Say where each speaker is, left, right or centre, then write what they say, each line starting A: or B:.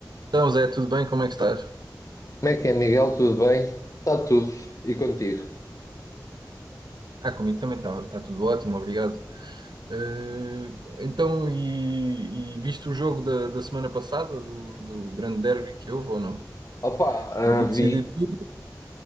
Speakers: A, on the right; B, on the left.
A: Então, Zé, tudo bem? Como é que estás?
B: Como é que é, Miguel? Tudo bem? Está tudo. E contigo?
A: Ah, comigo também está tá tá tudo ótimo, obrigado. Eh, então, e, e viste o jogo da, da semana passada, do, do grande derby que houve ou não?
B: Opa,
A: Podia
B: ah, vi,
A: decidir tudo.